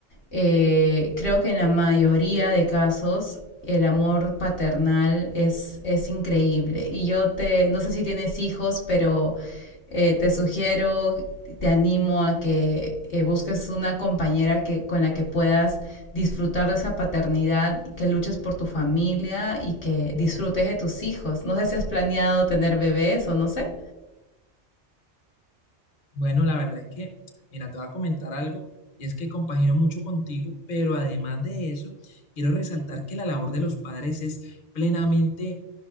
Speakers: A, on the left; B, on the left.
A: eh, creo que en la mayoría de casos el amor paternal es, es increíble. Y yo te, no sé si tienes hijos, pero eh, te sugiero, te animo a que eh, busques una compañera que, con la que puedas disfrutar de esa paternidad, que luches por tu familia y que disfrutes de tus hijos. No sé si has planeado tener bebés o no sé.
B: Bueno, la verdad es que, mira, te voy a comentar algo, y es que compagino mucho contigo, pero además de eso, quiero resaltar que la labor de los padres es plenamente